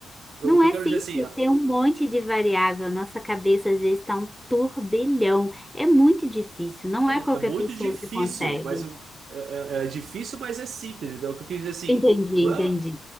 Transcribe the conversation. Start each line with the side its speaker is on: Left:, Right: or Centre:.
Right: eu-
Centre: não
Right: o que
Centre: é
Right: eu quero
Centre: simples.
Right: dizer assim,
Centre: Tem um monte de variável. Nossa cabeça às vezes está um turbilhão. É muito difícil. Não
Right: é,
Centre: é qualquer
Right: é muito
Centre: pessoa
Right: difícil,
Centre: que consegue.
Right: mas eu- é, é- é difícil, mas é simples, entendeu? O que eu quis dizer assim.
Centre: Entendi,
Right: Não
Centre: entendi.
Right: é,